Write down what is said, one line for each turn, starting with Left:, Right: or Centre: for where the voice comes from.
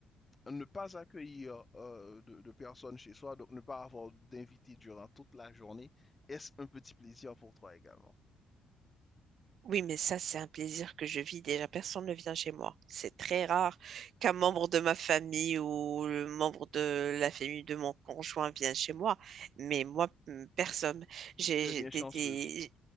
Left: ne pas accueillir euh, de, de personnes chez soi, donc ne pas avoir d'invités durant toute la journée, est-ce un petit plaisir pour toi également?
Right: Oui, mais ça, c'est un plaisir que je vis déjà. Personne ne vient chez moi. C'est très rare qu'un membre de ma famille ou le membre de la famille de mon conjoint vienne chez moi. Mais moi, m- personne. J'ai
Left: Tu es
Right: j'ai
Left: bien
Right: des,
Left: chanceuse.
Right: des-